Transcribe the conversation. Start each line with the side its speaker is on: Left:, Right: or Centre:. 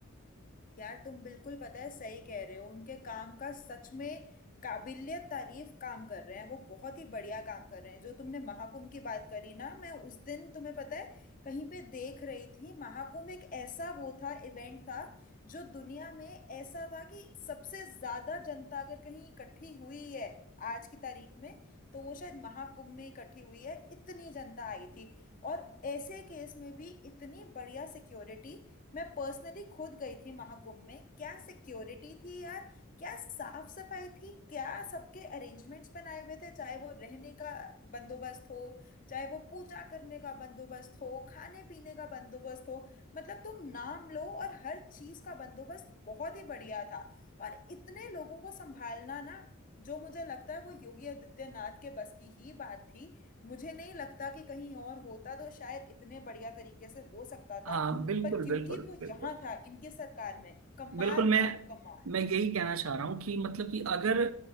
Left: यार तुम बिल्कुल पता है सही कह रहे हो उनके काम का सच में काबिलियत तारीफ काम कर रहे हैं वो बहुत ही बढ़िया काम कर रहे हैं जो तुमने महाकुंभ की बात करी ना मैं उस दिन तुम्हें पता है कहीं पे देख रही थी महाकुंभ एक ऐसा वो था इवेंट था जो दुनिया में ऐसा था कि सबसे ज्यादा जनता अगर कहीं इकट्ठी हुई है आज की तारीख में तो वो शायद महाकुंभ में इकट्ठी हुई है इतनी जनता आई थी और ऐसे केस में भी इतनी बढ़िया सिक्योरिटी मैं पर्सनली खुद गई थी महाकुंभ में क्या सिक्योरिटी थी यार क्या साफ सफाई थी क्या सबके अरेंजमेंट्स बनाए हुए थे चाहे वो रहने का बंदोबस्त हो चाहे वो पूजा करने का बंदोबस्त हो खाने पीने का बंदोबस्त हो मतलब तुम नाम लो और हर चीज का बंदोबस्त बहुत ही बढ़िया था और इतने लोगों को संभालना ना जो मुझे लगता है वो योगी आदित्यनाथ के बस की ही बात थी मुझे नहीं लगता कि कहीं और होता तो शायद इतने बढ़िया तरीके से हो सकता
Right: हाँ
Left: था
Right: बिल्कुल
Left: पर क्योंकि
Right: बिल्कुल
Left: वो
Right: बिल्कुल
Left: यहाँ था इनके सरकार में कमाल
Right: बिल्कुल मैं
Left: था वो कमाल
Right: मैं यही कहना चाह रहा हूँ कि मतलब कि अगर